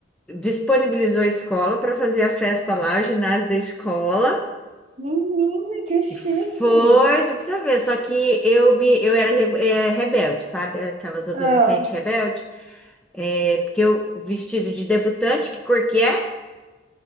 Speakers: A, in the centre; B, on the right.
A: disponibilizou a escola para fazer a festa lá, o ginásio da escola.
B: Menina, que chique.
A: E Foi, você precisa ver, só que eu, me- eu era re- eh, rebelde, sabe? Aquelas adolescentes
B: Ah,
A: rebeldes. É, porque eu, vestido de debutante, que cor que é?